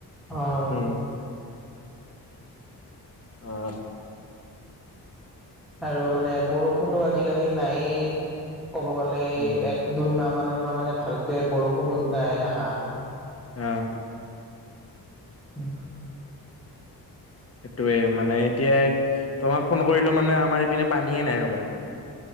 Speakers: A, in the centre; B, on the left.
A: অ'
B: উম, আহ
A: আৰু মানে বৰষুণো আজিকালি নাইেই ক'ব গ'লে এই
B: উম,
A: এক দুই মাহ মানৰ পৰা মানে ভালকে বৰষুণো নাই আহা।
B: অ'
A: উম।
B: সেইটয়ে মানে এতিয়া তোমাক ফোন কৰিলো মানে আমাৰ ইপিনে পানীয়ে নাই ৰবা,